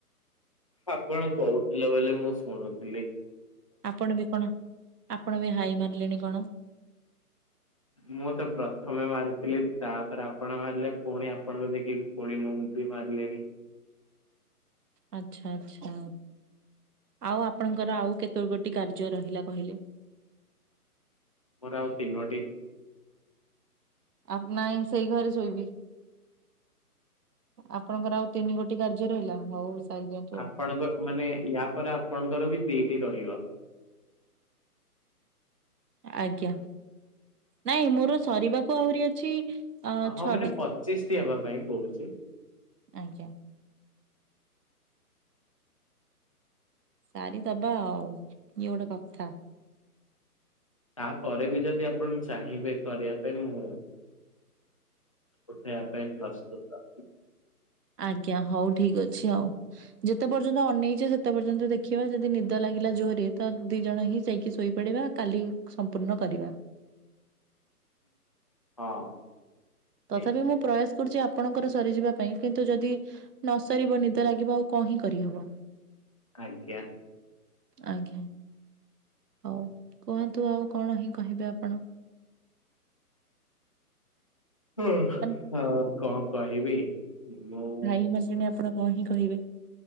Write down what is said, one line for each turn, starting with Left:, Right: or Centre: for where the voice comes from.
Left: ଆପଣ କହୁଥିଲେ ବୋଲି ମୁଁ ଶୁଣୁଥିଲି।
Right: ଆପଣ ବି କଣ ଆପଣ ବି ହାଇ ମାରିଲେଣି କଣ?
Left: ମୁଁ ତ ପ୍ରଥମେ ମାରିଥିଲି, ତାପରେ ଆପଣ ମାରିଲେ ପୁଣି ଆପଣଙ୍କୁ ଦେଖିକି ଫୁଣି ମୁଁ ବି ମାରିଲିଣି।
Right: ଆଛା ଆଚ୍ଛା ଆଉ ଆପଣଙ୍କର ଆଉ କେତୋ ଗୋଟି କାର୍ଯ୍ୟ ରହିଲା କହିଲେ?
Left: ମୋର ଆଉ ତିନୋଟି
Right: ଆଉ ନାଇଁ ସେଇ ଘରେ ଶୋଇବି। ଆପଣଙ୍କର ଆଉ ତିନି ଗୋଟି କାର୍ଯ୍ୟ ରହିଲା। ହଉ ସାରି ଦିଅନ୍ତୁ
Left: ଆପଣଙ୍କ
Right: ଆଉ।
Left: ମାନେ ୟା ପରେ ଆପଣଙ୍କର ବି ଦିଟି ରହିବ।
Right: ଆଜ୍ଞା। ନାଇଁ ମୋର ସରିବାକୁ ଆହୁରି ଅଛି ଅ
Left: ହଁ
Right: ଛଅଟି
Left: ମାନେ ପଚିଶ ଟି ହେବା ପାଇଁ କହୁଚି।
Right: ଆଜ୍ଞା। ସାରିଦବା ଆଉ ଇଏ ଗୋଟେ କଥା।
Left: ତାପରେ ବି ଯଦି ଆପଣ ଚାହିଁବେ କରିବା ପାଇଁ ମୁଁ ଉଠେଇବା ପାଇଁ ପ୍ରସ୍ତୁତ।
Right: ଆଜ୍ଞା ହଉ ଠିକ ଅଛି ଆଉ। ଯେତେ ପର୍ଯ୍ୟନ୍ତ ଅନେଇଛ ସେତେ ପର୍ଯ୍ୟନ୍ତ ଦେଖିବା। ଯଦି ନିଦ ଲାଗିଲା ଜୋରରେ ତ ଦି ଜଣ ହିଁ ଯାଇକି ଶୋଇପଡିବା। କାଲି ସମ୍ପୂର୍ଣ୍ଣ କରିବା।
Left: ହଁ।
Right: ତଥାପି
Left: ନିଶ୍ଚୟ
Right: ମୁଁ ପ୍ରୟାସ କରୁଚି ଆ ପଣଙ୍କର ସରିଯିବା ପାଇଁ, କିନ୍ତୁ ଯଦି ନ ସରିବ ନିଦ ଲାଗିବ ଆଉ କ ହିଁ କରିହବ।
Left: ଆଜ୍ଞା।
Right: ଆଜ୍ଞା। ହଉ କୁହନ୍ତୁ ଆଉ କଣ ହିଁ କହିବେ ଆପଣ।
Left: ହ
Right: ମାନେ
Left: ହ କଣ କହିବି ମୁଁ
Right: <unintelligible> ଆପଣ କଣ ହିଁ କହିବେ?